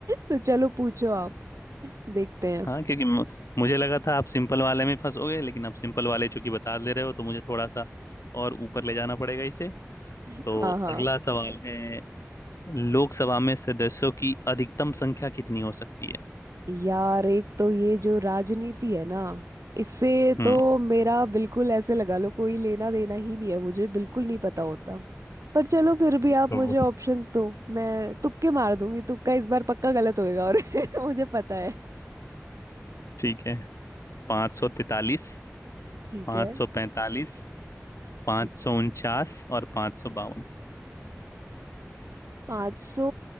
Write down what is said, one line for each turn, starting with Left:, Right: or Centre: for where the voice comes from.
Right: तो चलो पूछो आप देखते हैं
Left: हाँ, क्योंकि मु- मुझे लगा था आप सिंपल वाले में फंसोगे लेकिन आप सिंपल वाले चूंकि बता दे रहे हो तो मुझे थोड़ा सा और ऊपर ले जाना पड़ेगा इसे तो
Right: हाँ हाँ
Left: अगला सवाल है लोकसभा में सदस्यों की अधिकतम संख्या कितनी हो सकती है
Right: यार एक तो ये जो राजनीति है ना इससे
Left: हम्म
Right: तो मेरा बिल्कुल ऐसे लगा लो कोई लेना देना ही नहीं है मुझे बिल्कुल नहीं पता होता पर चलो फिर भी आप
Left: तो
Right: मुझे ऑप्शंस दो मैं तुक्के मार दूंगी तुक्का इस बार पक्का गलत होएगा और <laughs> मुझे पता है
Left: ठीक है पाँच सौ तैतालीस
Right: ठीक
Left: पाँच
Right: है
Left: सौ पैंतालीस पाँच
Right: ठीक
Left: सौ उनचास और पाँच सौ बावन
Right: पाँच सौ